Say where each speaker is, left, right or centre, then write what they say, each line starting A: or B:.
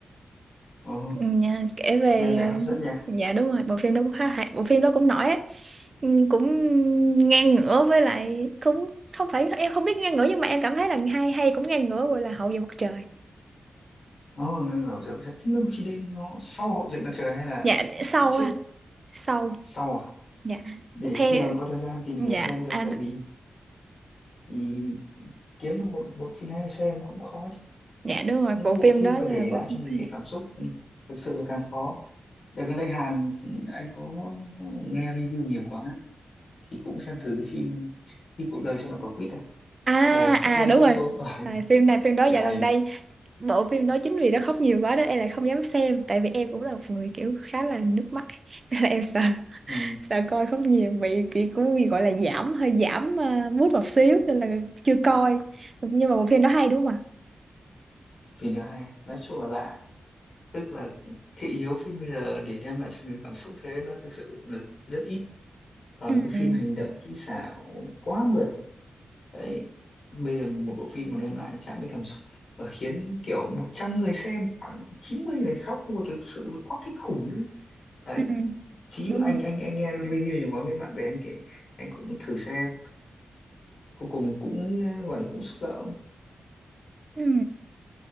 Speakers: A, on the left; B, on the right.
A: Ồ,
B: Ừ, nhà- kể về
A: nghe vẻ hấp dẫn nhỉ
B: ờ, dạ đúng rồi bộ phim đó cũng khá hay bộ phim đó cũng nổi á Ừ, cũng ngang ngửa với lại cũng không phải em không biết ngang ngửa nhưng mà em cảm thấy là hay hay cũng ngang ngửa gọi là hậu duệ mặt trời
A: Ồ, ngăn ngửa rồi thế lúc khi đến nó sau hậu duệ mặt trời hay là
B: dạ sâu
A: trước
B: à sâu
A: sau à
B: dạ
A: để
B: theo
A: khi nào có thời gian tìm
B: dạ
A: hiểu xem được
B: anh
A: tại vì thì kiếm được một bộ phim hay xem cũng khó chứ.
B: dạ đúng rồi
A: những
B: bộ
A: cái bộ
B: phim
A: phim
B: đó
A: mà để
B: là bộ
A: lại cho
B: phim
A: mình
B: hay.
A: cái cảm xúc ừ, thực sự là càng khó đợt gần đây Hàn anh có nghe review nhiều quá thì cũng xem thử cái phim khi cuộc đời cho bạn quả quýt à
B: à
A: ồ khóc
B: à
A: lên
B: đúng
A: trong
B: rồi
A: số <laughs>
B: à, phim này phim đó dạo
A: phim hay
B: gần đây bộ phim đó chính vì nó khóc nhiều quá đó em lại không dám xem tại vì em cũng là một người kiểu khá là nước mắt ấy. <laughs> nên là em sợ
A: ừ,
B: sợ coi khóc nhiều bị kiểu cũng bị gọi là giảm hơi giảm uh, mút một xíu nên là chưa coi nhưng mà bộ phim đó hay đúng không ạ
A: phim thứ hai nói chung là lạ tức là thị hiếu phim bây giờ để đem lại cho mình cảm xúc thế nó thực sự là rất ít toàn
B: ừ
A: những phim
B: ừ
A: hành động kỹ xảo quá mượt đấy bây giờ một bộ phim mà đem lại chạm đến cảm xúc và khiến kiểu 100 người xem khoảng 90 người khóc mua thực sự là quá kinh khủng ấy. đấy
B: ừ,
A: chính
B: đúng
A: vì anh
B: rồi
A: anh anh nghe review nhiều quá mấy bạn bè anh kể anh cũng thử xem cuối cùng cũng ờ, gọi là cũng xúc động
B: ừ.